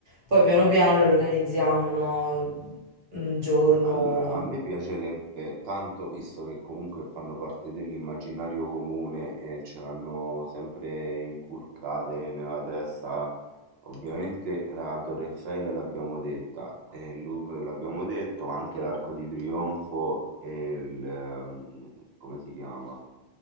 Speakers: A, on the right; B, on the right.
A: poi piano
B: mhm.
A: piano le organizziamo, no? Un giorno...
B: Allora, a me piacerebbe tanto, visto che comunque fanno parte dell'immaginario comune e ce l'hanno sempre inculcate nella testa, ovviamente la Torre Eiffel l'abbiamo detta, e il Louvre l'abbiamo detto, ma anche l'Arco di Trionfo e il... ehm, come si chiama?